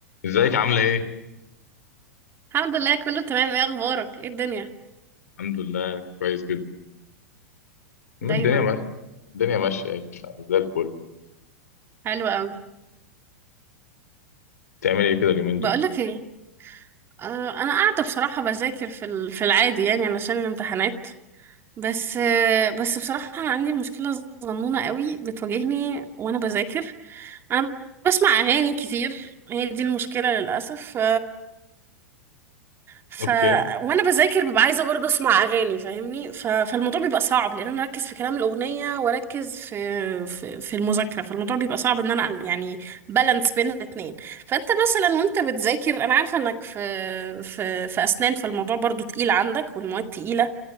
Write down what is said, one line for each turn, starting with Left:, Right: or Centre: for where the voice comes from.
Left: ازيك عاملة ايه؟
Right: الحمد لله كله تمام ايه اخبارك ايه الدنيا
Left: الحمد لله كويس جدا ما
Right: دايما
Left: الدنيا ماشية الدنيا ماشية يعني زي الفل
Right: حلوة قوي
Left: بتعمل ايه كده اليومين
Right: بقولك
Left: دول؟
Right: ايه آه، انا قاعده بصراحه بذاكر في ال- في العادي يعني علشان الامتحانات بس آه، بس بصراحه انا عندي مشكله صغنونه قوي بتواجهني وانا بذاكر انا بسمع اغاني كتير هي دي المشكله للاسف ف
Left: اوكي
Right: وانا بذاكر ببقى عايزه برضه اسمع اغاني فاهمني ف... فالموضوع بيبقى صعب لان انا اركز في كلام الاغنيه واركز في في, في المذاكره فالموضوع بيبقى صعب ان انا يعني بالانس بين الاثنين فانت مثلا وانت بتذاكر انا عارفه انك في في في اسنان فالموضوع برضه تقيل عندك والمواد تقيله